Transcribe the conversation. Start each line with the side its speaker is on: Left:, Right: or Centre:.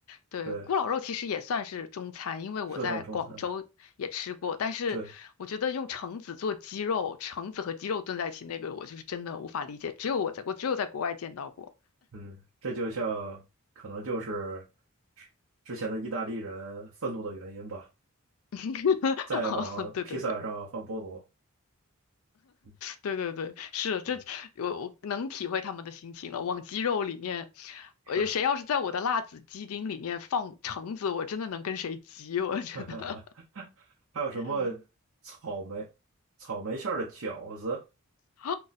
Left: 对，
Right: 对，
Left: 咕老肉其实也算是中餐，因为我在广州也吃过，
Right: 是算是中餐，
Left: 但是我觉得用橙子做鸡肉，
Right: 对，
Left: 橙子和鸡肉炖在一起，那个我就是真的无法理解，只有我在我只有在国外见到过。
Right: 嗯，这就像可能就是之之前的意大利人愤怒的原因吧，
Left: <laughs>
Right: 在往披萨上放菠萝，
Left: 对对对
Right: 嗯
Left: 对对对，是这我我能体会他们的心情了。
Right: 嗯，
Left: 往鸡肉里面，
Right: 是，
Left: 呃，谁要是在我的辣子鸡丁里面放橙子，我真的能跟谁急，我真的。
Right: <laughs> 还有什么草莓草莓馅儿的饺子，
Left: <laughs> 啊，